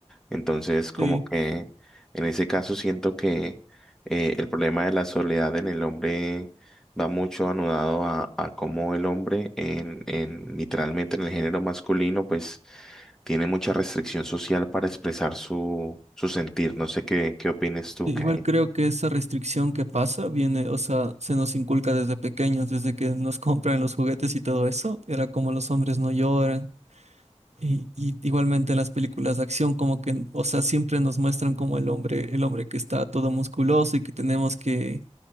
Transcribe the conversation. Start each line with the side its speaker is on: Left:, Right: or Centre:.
Centre: Entonces, como
Right: sí.
Centre: que en ese caso siento que eh, el problema de la soledad en el hombre va mucho anudado a, a cómo el hombre en, en literalmente en el género masculino, pues tiene mucha restricción social para expresar su, su sentir. No sé qué, qué opines tú,
Right: Igual
Centre: Kay.
Right: creo que esa restricción que pasa viene, o sea, se nos inculca desde pequeños, desde que nos <laughs> compran los juguetes y todo eso, era como los hombres no lloran. Y, y igualmente en las películas de acción, como que, o sea, siempre nos muestran como el hombre, el hombre que está todo musculoso y que tenemos que